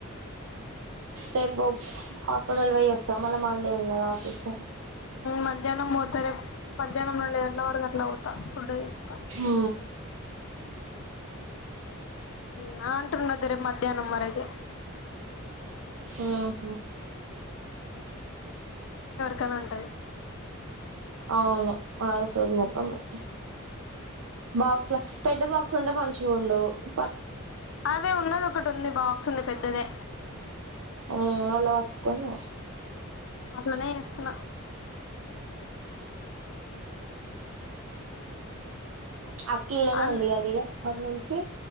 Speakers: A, on the right (about 80°); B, on the left (about 65°).
A: రేపు హాస్పిటల్ పోయి వస్తా మళ్ మండే ఉన్నదా ఆఫీస్
B: మధ్యాహ్నం పోవుతా రేపు మధ్యాహ్నం రెండు గంటల వరకు అట్లా అవుతా ఫుడ్ తీసుకో
A: ఊ
B: <unintelligible> మధ్యాహ్నం మరి అయితే
A: ఊహు
B: క్కనే ఉంటది
A: అవును ఆహ్ సోది ముఖమ్ దే బాక్స్ల పెద్ద బాక్స్ ఉంటే మంచిగ ఉండు ప
B: అదే ఉన్నది ఒకటి ఉంది బాక్స్ ఉంది పెద్దదే
A: ఆ అలా వట్కును పో
B: అట్లనే ఇస్తున్నా
A: అక్క ఇడనే
B: అన్
A: ఉంది ఇగ అది అక్కడి నుంచి